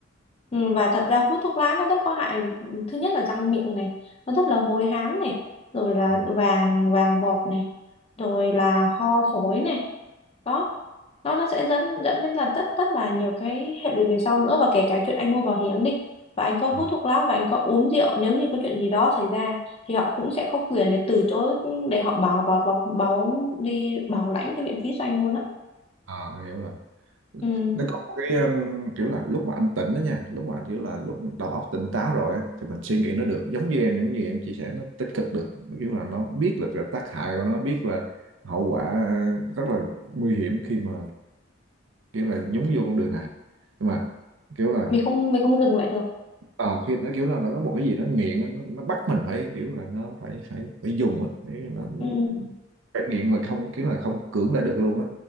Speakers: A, on the left (about 30°); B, on the right (about 75°).
A: Ừ, và thật ra hút thuốc lá nó rất có hại thứ nhất là răng miệng này nó rất là hôi hám này rồi là
B: Ừ.
A: vàng vàng vọt này rồi là ho phổi này đó nó nó sẽ dẫn dẫn đến là rất rất là nhiều cái hệ lụy về sau nữa và kể cả chuyện anh mua bảo hiểm đi và anh có hút
B: Ừ.
A: thuốc lá và anh có uống rượu nếu như có chuyện gì đó xảy ra thì họ cũng sẽ có quyền để từ chối để họ bảo bảo bảo, bảo đi bảo lãnh cái viện phí cho anh luôn á
B: à, hiểu rồi
A: ừ.
B: nó có một cái um, kiểu là lúc mà anh tỉnh đó nha lúc mà anh kiểu là lúc đầu óc tỉnh táo rồi á, thì mình suy nghĩ nó được giống như em những gì em chia sẻ nó tích cực được Nó kiểu là nó biết là cái tác hại của nó biết là hậu quả ờ, rất là nguy hiểm khi mà kiểu là nhúng vô con đường này nhưng mà kiểu là
A: mình không mình không dừng lại được
B: ờ khi nó kiểu là nó có một cái gì nó nghiện nó, nó bắt mình phải kiểu là nó phải phải phải dùng á để nó
A: ừ.
B: phải nghiện mà không kiểu là không cưỡng lại được luôn á